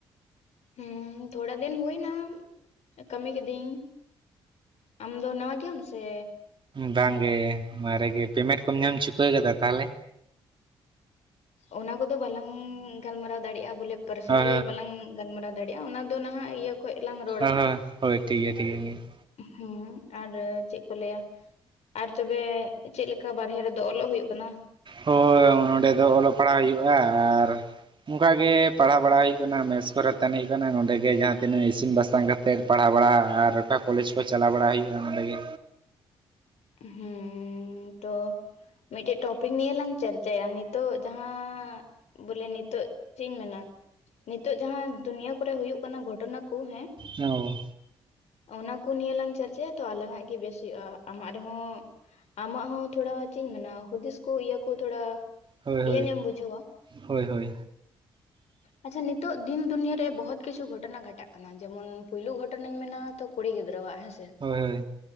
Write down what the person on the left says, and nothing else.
ᱦᱩᱸ ᱛᱷᱚᱲᱟ ᱫᱤᱱ ᱦᱩᱭᱱᱟ ᱠᱟᱹᱢᱤ ᱠᱤᱫᱤᱧ ᱟᱢ ᱫᱚ ᱱᱟᱣᱟ ᱜᱮᱭᱟᱢ ᱥᱮ?
ᱚᱱᱟ ᱠᱚᱫᱚ ᱵᱟᱞᱟᱝ ᱜᱟᱞᱢᱟᱨᱟᱣ ᱫᱟᱲᱮᱭᱟᱜ-ᱟ ᱵᱚᱞᱮ ᱯᱟᱨᱥᱚᱱᱟᱞ
ᱵᱟᱞᱟᱝ ᱜᱟᱞᱢᱟᱨᱟᱣ ᱫᱟᱲᱮᱭᱟᱜ-ᱟ ᱚᱱᱟ ᱫᱚ ᱱᱟᱦᱟᱜ ᱤᱭᱟᱹ ᱠᱷᱚᱡ ᱞᱟᱝ ᱨᱚᱲᱟ
ᱦᱟᱸᱜ
ᱦᱩᱸ ᱟᱨ ᱪᱮᱫ ᱠᱚ ᱞᱟᱹᱭ ᱟ ᱟᱨ ᱛᱚᱵᱮ ᱪᱮᱫ ᱞᱮᱠᱟ ᱵᱟᱨᱦᱮ ᱨᱮᱫᱚ ᱚᱞᱚᱜ ᱦᱩᱭᱩᱜ ᱠᱟᱱᱟ?
ᱦᱩ ᱛᱚ ᱢᱤᱫᱴᱮᱱ ᱴᱚᱯᱤᱠ ᱱᱤᱭᱮ ᱞᱟᱝ ᱪᱟᱨᱪᱟᱭᱟ ᱱᱤᱛᱚᱜ ᱡᱟᱦᱟᱸ ᱵᱚᱞᱮ ᱱᱤᱛᱚᱜ ᱪᱮᱫ ᱤᱧ ᱢᱮᱱᱟ ᱱᱤᱛᱚᱜ ᱡᱟᱦᱟᱸ ᱫᱩᱱᱤᱭᱟᱹ ᱠᱚᱨᱮ ᱦᱩᱭᱩᱜ ᱠᱟᱱᱟ ᱜᱷᱚᱴᱚᱱᱟ ᱠᱩ ᱦᱮᱸ
ᱚᱱᱟ ᱠᱚ ᱱᱤᱭᱮ ᱞᱟᱝ ᱪᱟᱨᱪᱟᱭᱟ ᱛᱚ ᱟᱞᱟᱝ ᱦᱟᱜ ᱜᱮ ᱵᱮᱥ ᱦᱩᱭᱩᱜᱼᱟ᱾ ᱟᱢᱟᱜ ᱨᱮᱦᱚᱸ ᱟᱢᱟᱜ ᱦᱚᱸ ᱛᱷᱚᱲᱟ ᱪᱮᱫ ᱤᱧ ᱢᱮᱱᱟ ᱦᱩᱫᱤᱥ ᱠᱚ ᱤᱭᱟᱹ ᱠᱚ ᱛᱷᱚᱲᱟ
ᱤᱭᱟᱹᱧᱚᱢ
ᱵᱩᱡᱷᱟᱹᱣᱟ ᱾
ᱟᱪᱪᱷᱟ ᱱᱤᱛᱚᱜ ᱫᱤᱱ ᱫᱩᱱᱭᱟᱹ ᱨᱮ ᱵᱚᱦᱳᱛ ᱠᱤᱪᱷᱩ ᱜᱷᱚᱴᱱᱟ ᱜᱷᱚᱴᱟᱜ ᱠᱟᱱᱟ ᱾ ᱡᱮᱢᱚᱱ ᱯᱩᱭᱞᱩ ᱜᱷᱚᱴᱚᱱᱟᱧ ᱢᱮᱱᱟ ᱛᱚ ᱠᱩᱲᱤ ᱜᱤᱫᱽᱨᱟᱹᱣᱟᱜ ᱦᱮᱸ ᱥᱮ ᱾